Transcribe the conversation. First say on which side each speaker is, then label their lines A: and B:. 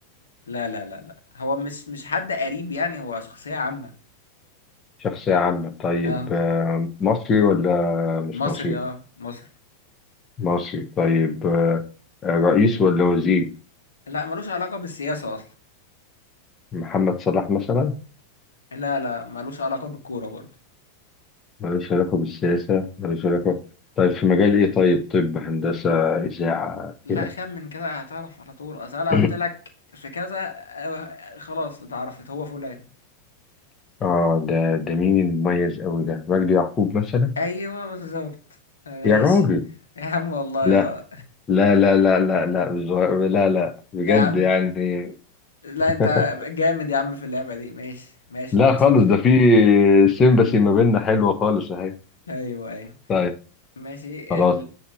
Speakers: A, on the left (about 70°); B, on the left (about 25°).
A: لا لا لا لا هو مش مش حد قريب يعني هو شخصية عامة
B: شخصية عامة طيب
A: اه
B: آه، مصري ولا مش
A: مصري
B: مصري؟
A: اه مصري
B: مصري طيب آه، آه، رئيس ولا وزير؟
A: لا ملوش علاقة بالسياسة أصلا
B: محمد صلاح مثلا؟
A: لا لا ملوش علاقة بالكورة برضه
B: ملوش علاقة بالسياسة ملوش علاقة طيب في مجال إيه طيب؟ طب هندسة إذاعة
A: لا
B: كده
A: خم من كده هتعرف على طول أصل أنا
B: <clears throat>
A: قلت لك في كذا آه، خلاص اتعرفت هو فلان
B: آه ده ده مين المميز أوي ده؟ مجدي يعقوب مثلا؟
A: أيوه بالظبط ماشي
B: يا راجل
A: يا عم والله
B: لا
A: يا
B: لا لا لا لا لا بز- لا لا بجد
A: لا يا عم
B: يعني
A: لا
B: <laughs>
A: انت جامد يا عم في اللعبة دي ماشي ماشي
B: لا
A: 2 صفر
B: خالص ده في سيمباسي ما بيننا حلوة خالص أهي
A: ايوه ايوه
B: طيب
A: ماشي
B: خلاص
A: ال...